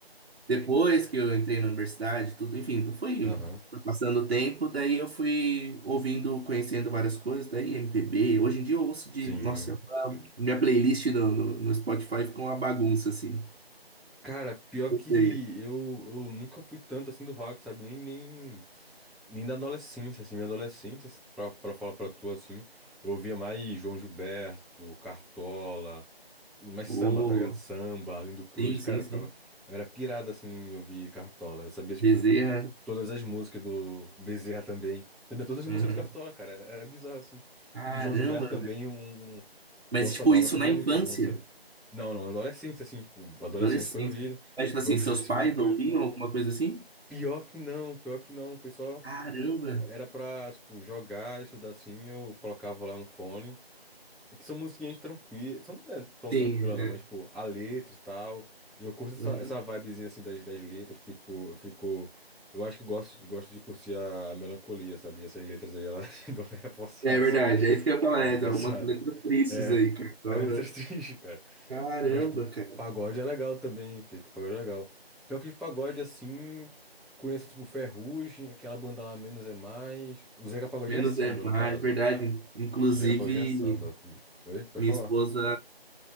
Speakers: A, on the right (about 75°); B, in the centre.
A: depois que eu entrei na universidade, tudo, enfim, então foi,
B: Aham.
A: foi passando o tempo, daí eu fui ouvindo, conhecendo várias coisas, daí MPB, hoje em dia eu ouço de,
B: Sim.
A: nossa, minha playlist no, no, no Spotify ficou uma bagunça, assim,
B: Cara, pior
A: não
B: que
A: sei,
B: eu, eu nunca fui tanto assim do rock, sabe? Nem, nem, nem da adolescência, assim. Minha adolescência, pra, pra falar pra tu, assim, eu ouvia mais João Gilberto, Cartola, mais samba,
A: oh,
B: tá ligado? Samba, Arlindo Cruz,
A: sim, sim,
B: cara, eu
A: sim,
B: ficava... Eu era pirado, assim, em ouvir Cartola. Eu sabia, tipo...
A: Bezerra,
B: Todas as músicas do Bezerra também. Também todas as
A: uhum.
B: músicas do Cartola, cara. Era bizarro, assim.
A: Caramba,
B: Do João Gilberto também, um, um
A: Mas,
B: Bossa
A: tipo,
B: Nova
A: isso
B: também
A: na
B: é
A: infância,
B: muito bom, sabe? Não, não, adolescência, assim, tipo, adolescência
A: adolescência.
B: foi ouvir,
A: Mas, tipo
B: foi
A: assim,
B: ouvir
A: seus
B: <laughs> esse
A: pais
B: tipo de coisa.
A: ouviam alguma coisa assim?
B: Pior que não, pior que não, foi só.
A: Caramba!
B: Era pra, tipo, jogar, estudar assim, eu colocava lá no fone. É que são musiquinhas tranquilas. São, não é tão
A: Sim,
B: tranquila
A: né?
B: não, mas, tipo, a letra e tal. Eu curto essa,
A: Uhum.
B: essa vibezinha, assim, das, das letras, porque, tipo, eu fico... Eu acho que eu gosto, de- gosto de curtir a, a melancolia, sabe? E essas letras aí, elas <laughs> dão uma reforçada,
A: É verdade,
B: assim.
A: é isso que eu ia falar,
B: Dão Uma
A: é,
B: Reforçada.
A: tem algumas letras tristes
B: É,
A: aí, Cartola.
B: é uma letra
A: né?
B: <laughs> triste, cara.
A: Caramba,
B: Mas, tipo,
A: cara.
B: pagode é legal também, feito. Pagode é legal. Pior que de pagode, assim, conheço, tipo, Ferrugem, aquela banda lá, Menos é Mais. O Zeca Pagodinho
A: Menos
B: é samba,
A: é mais,
B: no caso,
A: é verdade.
B: né?
A: Inclusive,
B: O Zeca Pagodinho é samba. Oi? Pode
A: minha
B: falar.
A: esposa,